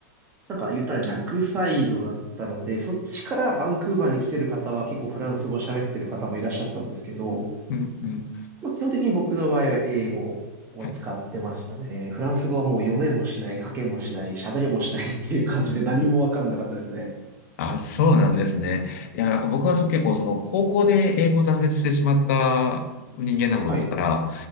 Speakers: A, on the right; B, on the left.
A: なんか言ったら逆サイドだったので、そっちからバンクーバーに来てる方は結構フランス語喋ってる方もいらっしゃったんですけど、
B: うんうん。
A: まあ、基本的に僕の場合は英語を使ってましたね。
B: はい。
A: フランス語はもう読めもしない、書けもしない、喋れもしないっていう感じで何もわかんなかったですね。
B: あ、そうなんですね。いや、なんか僕はそう結構その高校で英語を挫折してしまった人間なもんですから、
A: はい。